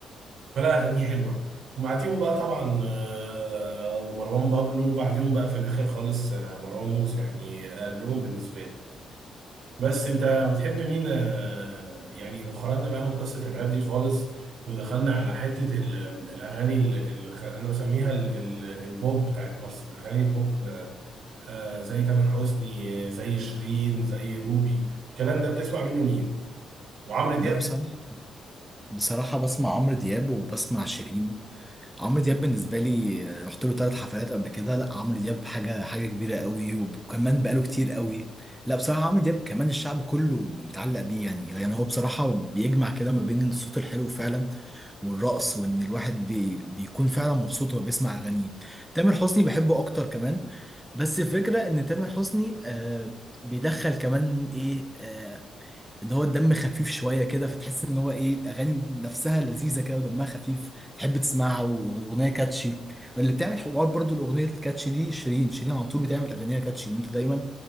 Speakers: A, on the right (about 75°); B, in the centre.
A: فلا اغانيه حلوه وبعديهم بقى طبعا آه، مروان بابلو وبعديهم بقى في الاخر خالص آه، مروان موسى يعني اقلهم بالنسبه لي بس انت بتحب مين آه، يعني لو خرجنا بقى من قصه الراب دي خالص ودخلنا على حته ال- الاغاني ال- ال- خ- انا بسميها ال- ال- البوب بتاعت مصر الاغاني البوب آه، آه، زي تامر حسني آه، زي شيرين زي روبي الكلام ده بتسمع منه مين وعمرو دياب
B: لا بصراحة بصراحة بسمع عمرو دياب وبسمع شيرين عمرو دياب بالنسبه لي آه، رحت له ثلاث حفلات قبل كده لا عمرو دياب حاجه حاجه كبيره قوي وكمان بقاله كتير قوي لا بصراحه عمرو دياب كمان الشعب كله متعلق بيه يعني يعني هو بصراحه بيجمع كده ما بين الصوت الحلو فعلا والرقص وان الواحد بي بيكون فعلا مبسوط وهو بيسمع اغانيه تامر حسني بحبه اكتر كمان بس الفكره ان تامر حسني آه بيدخل كمان ايه آه، اللي هو الدم خفيف شويه كده فتحس ان هو ايه الاغاني نفسها لذيذه كده ودمها خفيف تحب تسمعها واغنيه كاتشي اللي بتعمل حوار برضو الاغنيه الكاتشي دي شيرين شيرين على طول بتعمل اغانيها كاتشي إن انت دايما